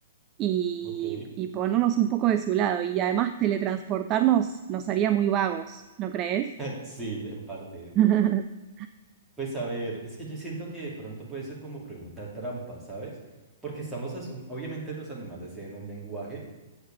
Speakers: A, on the right; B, in the centre.
A: y,
B: Ok.
A: y ponernos un poco de su lado. Y además teletransportarnos nos haría muy vagos, ¿no crees?
B: <laughs> Sí, en parte.
A: <laughs>
B: Pues a ver, es que yo siento que de pronto puede ser como pregunta trampa, ¿sabes? Porque estamos asumiendo, obviamente los animales tienen un lenguaje,